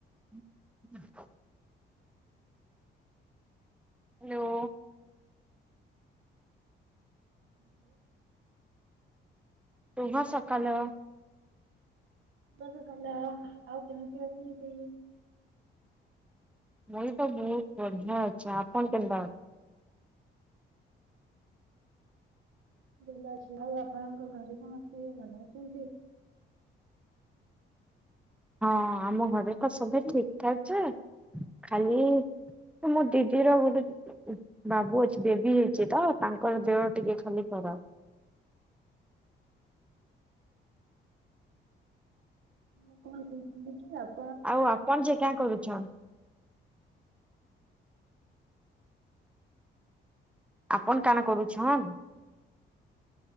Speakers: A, in the centre; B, on the right (about 75°).
A: <unintelligible> Hello.
B: <unintelligible>
A: ସୁଭ
B: hello
A: ସକାଲ।
B: ଶୁଭ ସକାଳ ଆଉ କେମିତି ଅଛନ୍ତି?
A: ମୁଇଁ ତ ବହୁତ ବଢିଆ ଅଛି ଆପଣ କେନ୍ତା ଅଛନ୍ତି?
B: ଭଲ ଅଛି ଆଉ ଆପଣଙ୍କ ଘରେ ସମସ୍ତେ ଭଲ ଅଛନ୍ତି?
A: ହଁ ଆମ ଘରେ ତ ସବୁ ଠିକ୍ ଠାକ୍ ଯେ ଖାଲି ମୋ ଦିଦିର ଗୋଟେ ବାବୁ ଅଛି ବେବୀ ହେଇଚି ତ ତାଙ୍କର ଦେହ ଟିକେ ଖାଲି ଖରାପ।
B: ମୁଁ କଣ କହୁଥିଲି କି ଆଉ
A: ଆଉ ଆପଣ ଯେ କାଁ କରୁଛନ୍? ଆପଣ କାଣା କରୁଛନ୍?